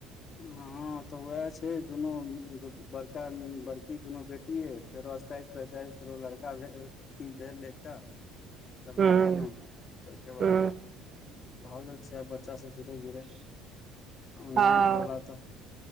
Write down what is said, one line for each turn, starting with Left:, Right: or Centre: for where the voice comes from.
Left: हँ तऽ उएह छै, दुनू बड़का बड़की दुनू बेटी य। फेरो अठाइस पैँतीस मे फेरो लड़का भेल ल। लड़का
Right: हूँ
Left: केना टेके बाद
Right: हूँ
Left: भागेलय छै बच्चा सभ धीरे धीरे नएन्थ
Right: हँ
Left: त